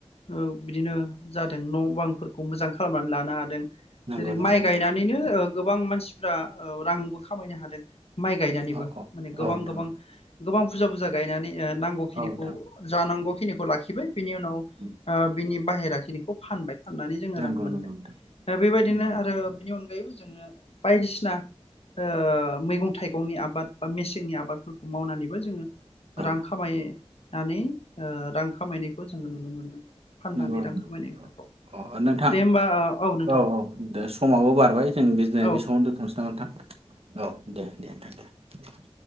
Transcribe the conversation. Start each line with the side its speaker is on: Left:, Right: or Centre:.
Left: ओ बिदिनो जादों न'बांफोर खौ मोजां खालामनानै लानो हादों
Right: नंगौ
Left: जेरै
Right: नंगौ
Left: माइ
Right: नोंथां
Left: गायनानैनो गोबां मानसिफ्रा रांबो खामायनो हादों माइ गायनानैबो
Right: औ
Left: माने गोबां
Right: नोंथां
Left: गोबां गोबां फुजा बुजा गायनानै नांगौखिनिखौ
Right: औ नोंथां
Left: जानांगौ खिनिखौ लाखिबाय बिनि उनाव
Right: उम,
Left: ओ बिनि बाहेरा खिनिखौ फानबाय नानै जोङो
Right: नंगौ
Left: रां मोनबाय
Right: नंगौ नोंथां
Left: ओ बेबायदिनो
Right: नंगौ नोंथां
Left: आरो बिनि अनगायैबो जोङो बायदिसिना ओ मैगं थाइगंनि आबाद बा मेसेंनि आबादफोरखौ मावनानैबो जोङो
Right: औ
Left: रां खामायो। नानै ओ रां खामायनायखौ जोङो नुनो मोन्दों फाननानै
Right: नंगौ
Left: रां
Right: नंगौ
Left: खामायनायफोरखौ
Right: औ अ नोंथां
Left: दे होमबा नोंथां
Right: औ औ दे समाबो बारबाय जों बेजने
Left: औ
Right: बे समावनो दोनथ'निसै नामा नोंथां औ दे दे नोंथां दे